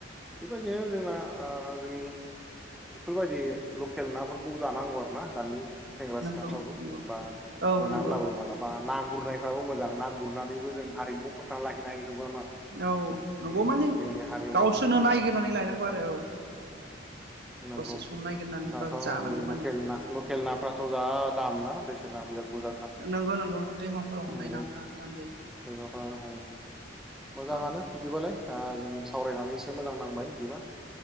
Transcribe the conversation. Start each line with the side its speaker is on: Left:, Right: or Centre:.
Centre: बेबायदिनो जोंना ओ जोंनि बेफोरबायदि लकेल नाफोरखौ जानांगौ आरो ना दानि सेंग्रा
Right: नंगौ
Centre: सिख्लाफ्राबो
Right: नंगौ
Centre: बा
Right: औ
Centre: मोनाब्लाबो
Right: नंगौ
Centre: मालाबा ना गुरनायफ्राबो मोजां ना गुरनानैबो जों हारिमुखौ फोथांना लाखिनो हायो। नंगौना
Right: औ नंगौ
Centre: नङा उम
Right: मान
Centre: जोंनि हारिमुवाबो
Right: गावसोरनो नायग्रोनानै लायनांगौ आरो औ
Centre: नांगौ
Right: दसे सम नायगिरनानैब्लाबो
Centre: दाथ'
Right: जानांगौ
Centre: नै
Right: माने
Centre: लकेल ना लकेल नाफ्राथ' जा दाम ना बेसे ना बिराद बुरजाथार
Right: नंगौ नंगौ दैमाफोराव हमनाय
Centre: नंगौ
Right: नाफोरा
Centre: <unintelligible>
Right: दाम जायो
Centre: मोजाङानो
Right: औ
Centre: बिदिबालाय आ जों सावरायनानै एसे मोजां नांबाय बिदिबा